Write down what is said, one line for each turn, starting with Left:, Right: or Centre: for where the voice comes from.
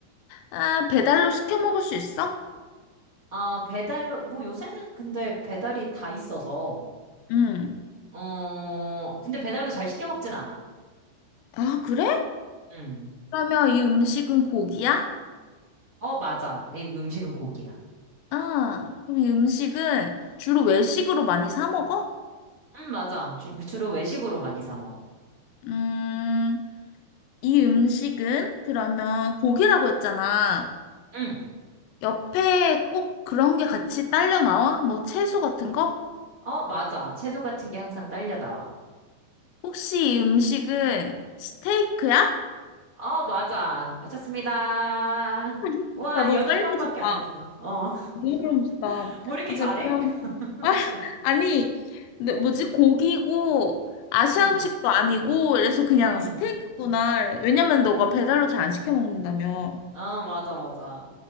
Left: 아, 배달로 시켜 먹을 수 있어?
Right: 어, 배달로, 뭐 요새는 근데 배달이 다 있어서,
Left: 응.
Right: 어, 근데 배달로 잘 시켜 먹진 않아.
Left: 아, 그래?
Right: 응.
Left: 그러면 이 음식은 고기야?
Right: 어, 맞아. 이 음식은 고기야.
Left: 아, 그럼 이 음식은 주로 외식으로 많이 사 먹어?
Right: 응, 맞아. 주, 주로 외식으로 많이 사 먹어.
Left: 음, 이 음식은 그러면 고기라고 했잖아.
Right: 응.
Left: 옆에 꼭 그런 게 같이 딸려 나와? 뭐 채소 같은 거?
Right: 어, 맞아. 채소 같은 게 항상 딸려 나와.
Left: 혹시 이 음식은 스테이크야?
Right: 어, 맞아. 맞췄습니다.
Left: <laughs>
Right: 와,
Left: 나 너무
Right: 여덟
Left: 빨리
Right: 번밖에
Left: 맞췄다.
Right: 안 했어. 어.
Left: 너무 빨리 맞췄다.
Right: <laughs> 뭐 이렇게
Left: 아,
Right: 잘해?
Left: 진짜 그냥.
Right: <laughs>
Left: 아, 아니, 근데 뭐지? 고기고,
Right: 자,
Left: 아시아
Right: 응,
Left: 음식도 아니고, 그래서 그냥
Right: 응.
Left: 스테이크구나. 왜냐면 너가 배달로 잘 안 시켜 먹는다며.
Right: 아, 맞아, 맞아.